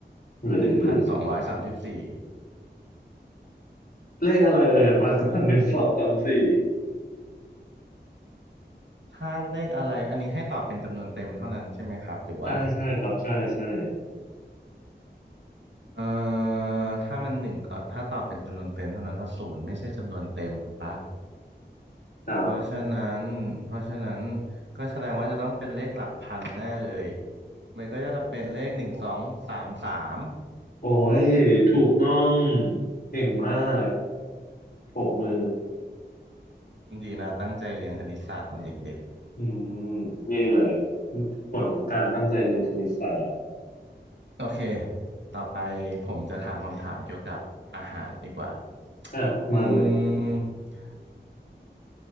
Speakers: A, on the left; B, on the right.
A: หรือ
B: หนึ่งพันสองร้อยสามสิบสี่
A: เลขอะไรเอ่ยมาก่อนหนึ่งสองสามสี่
B: ถ้าเลขอะไรอันนี้ให้ตอบเป็นจำนวนเต็มเท่านั้นใช่ไหมครับหรือว่า
A: ใช่ใช่ครับใช่ใช่
B: เอ่อถ้ามันหนึ่งก็ถ้าตอบเป็นจำนวนเต็มเท่านั้นถ้าศูนย์ไม่ใช่จำนวนเต็มถูกปะ
A: ครับ
B: เพราะฉะนั้นเพราะฉะนั้นก็แสดงว่าจะต้องเป็นเลขหลักพันแน่เลยมันก็จะเป็นเลขหนึ่งสองสามสาม
A: โอ้ยถูกต้องเก่งมากปรบมือ
B: ดีนะตั้งใจเรียนคณิตศาสตร์ตอนเด็ก
A: อืมนี่แหละผลของการตั้งใจเรียนคณิตศาสตร์
B: ๆโอเคต่อไปผมจะถามคำถามเกี่ยวกับอาหารดีกว่า
A: อ่ะมาเลย
B: อืม